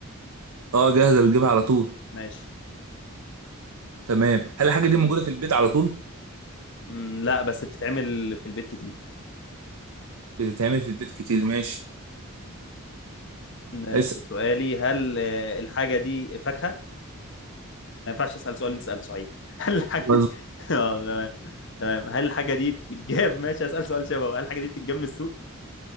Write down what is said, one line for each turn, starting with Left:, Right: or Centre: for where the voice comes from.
Right: اه جاهزه بتجيبها على طول
Left: ماشي
Right: تمام هل الحاجه دي موجوده في البيت على طول
Left: مم، لا بس بتتعمل في البيت كتير
Right: بتتعمل في البيت كتير ماشي
Left: ن-
Right: اسال
Left: سؤالي هل آه، الحاجة دي فاكهة؟ ما ينفعش أسأل سؤال أنت سألته صحيح <laughs> هل الحاجة
Right: مظبوط
Left: <laughs> اه تمام تمام هل الحاجة دي بتتجاب <laughs> ماشي أسأل سؤال شبهه هل الحاجة دي بتتجاب من السوق؟